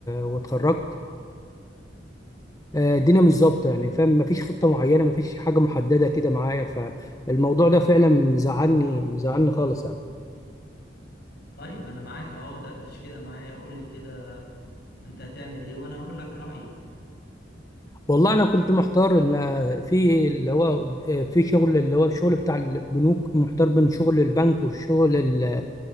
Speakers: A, on the left (about 20°); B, on the left (about 60°).
A: واتخرجت آه، الدنيا مش ظابطه يعني فاهم مفيش خطه معينه مفيش حاجه محدده كده معايا فالموضوع ده فعلا مزعلني مزعلني خالص يعني
B: طيب ما انا معاك اهو دردش كده معايا قول لي كده انت هتعمل ايه وانا هقول لك رأيي
A: والله انا كنت محتار ان في اللي هو آه، في شغل اللي هو الشغل بتاع البنوك محتار بين شغل البنك والشغل